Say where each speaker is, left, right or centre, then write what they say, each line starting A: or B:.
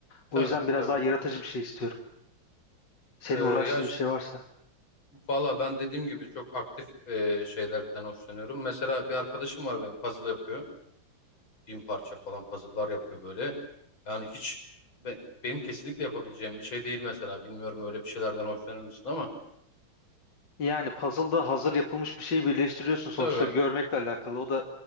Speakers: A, on the left (about 85°); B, on the left (about 60°).
A: Tabii
B: O yüzden biraz
A: tabii.
B: daha yaratıcı bir şey istiyorum. Senin
A: Ee,
B: uğraştığın
A: ya
B: bir şey varsa.
A: Valla ben dediğim gibi çok aktif e, şeylerden hoşlanıyorum. Mesela bir arkadaşım var benim puzzle yapıyor. Bin parça falan puzzle'lar yapıyor böyle. Yani hiç be- benim kesinlikle yapabileceğim bir şey değil mesela. Bilmiyorum öyle bir şeylerden hoşlanır mısın ama.
B: Yani puzzle'da hazır yapılmış bir şeyi birleştiriyorsun sonuçta
A: Tabii.
B: görmekle alakalı. O da